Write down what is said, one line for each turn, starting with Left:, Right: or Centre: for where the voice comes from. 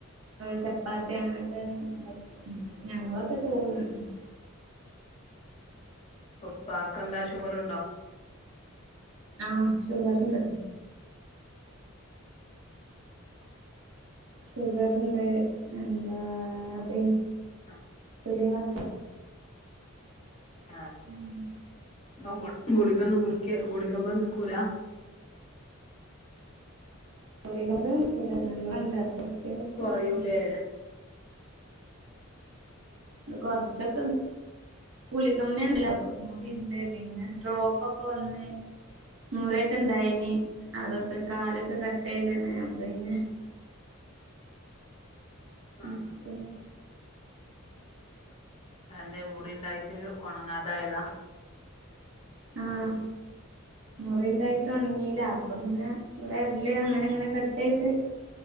Right: ചപ്പാത്തി അങ്ങനെയൊക്കെണ്ട ഞങ്ങളൊക്കെ ചോറ് തിന്നും
Left: ഉപാക്കന്താ ഷുഗർുണ്ടോ
Right: ആഹ ഷുഗർണ്ട് ഷുഗർണ്ട് എന്താ പെയിൻസ്
Left: അഹ്
Right: <unintelligible>
Left: ആഹ്
Right: ഉം
Left: ഇപ്പൊ ഗുളികൊന്നും കുടിക്ക ഗുളികെമ്മെ നിക്കൂല
Right: <unintelligible>
Left: പറയൂലേ
Right: അത് കുറച്ചൊക്കെ ഇത് ഗുളികമ്മല്ല ഒ കൂടി ഉണ്ട് പിന്നെ സ്ട്രോക്കൊക്കെ വന്ന് മുറൊക്കെ ഇണ്ടായിന് അതൊക്കെ കാലൊക്കെ കട്ട് ചെയ്താണ് അപ്പൊ പിന്നെ <unintelligible>
Left: ആഹ് അതെന്തേ മുറി ഉണ്ടായിട്ട് ഉണങ്ങാതായതാ
Right: ആഹ് മുറിണ്ടായിട്ട് ഒണങ്ങില്ല അപ്പ പിന്നെ വിരല് അങ്ങനെ അങ്ങനെ കട്ട് ചെയ്ത്